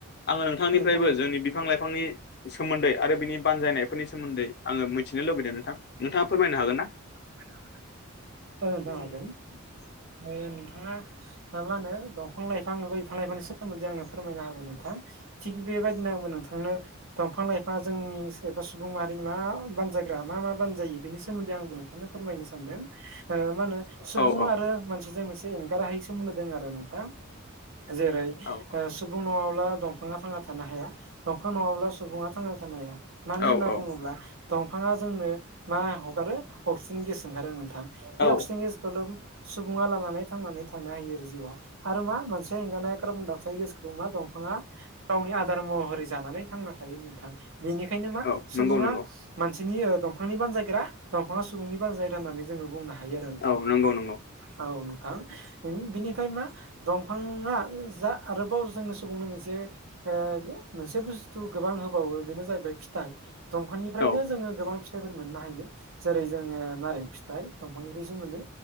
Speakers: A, on the left; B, on the right.
A: आङो नोंथांनिफ्रायबो
B: औ नोंथां
A: जोंनि बिफां लाइफांनि सोमोन्दै आरो बिनि बानजायनायफोरनि सोमोन्दै आङो मिथिनो लुबैदों नोंथां नोंथाङा फोरमायनो हागोन ना
B: <inaudible> नोंथां
A: गय
B: हागोन
A: न
B: ओ
A: <inaudible>
B: नोंथाङा ओ मा होनो दंफां लाइफां नुबाय बिफां लाइफांनि सोमोन्दै आंनो फोरमायना होबाय नोंथां। थिग बेबायदिनो आंबो नोंथांनो दंफां लाइफाङा जोंनि एबा सुबुं माहारिनि मा बानजाय ग्रा मा मा बानजायो बिनि सोमोनदै आंबो नोंथांनो फोरमायनो सानदों ओ मा होनो सुबुं
A: औ औ
B: आरो मानसिजों मोनसे एंगारहायि सोमोन्दो दं आरो नोंथां जेरै ओ
A: औ
B: सुबुं नङाब्ला दंफाङा थांना थानो हाया दंफां नङाब्ला सुबुङा थांना थानो हाया मानो
A: औ
B: होनना
A: औ
B: बुङोब्ला दंफाङा जोंनो मा हगारो अक्सिजेन गेस ओंखारो नोंथां बे
A: औ
B: अक्सिजेन गेसखोल' सुबुङा लानानै थांनानै थानो हायो आरो जिउआव आरो मा मोनसेया एंगानाया कार्बन डाइ अक्साइट गेस दमा दंफाङा गावनि आदार महरै जानानै थांना थायो नोंथां निखायनो मा
A: औ
B: सुबुंङा
A: नंगौ नंगौ
B: मानसिनि ओ दं दंफांनि बानजायग्रा दंफांङा सुबुंनि बानजायग्रा होननानै जोंङो बुंनो हायो आरो नोंथां
A: औ नंगौ नंगौ
B: औ नोंथां बिनिफ्राय मा दंफांङा जा आरोबाव जोंनो सुबुंनो मोनसे ओ मोनसे बुस्थु गोबां होबावो बेनो जाहैबाय फिथाइ दंफांनिफ्रायनो
A: औ
B: जोंङो गोबां फिथाइफोर मोननो हायो जेरै जोंङो नारें फिथाइ दंफांनिफायसो मोनो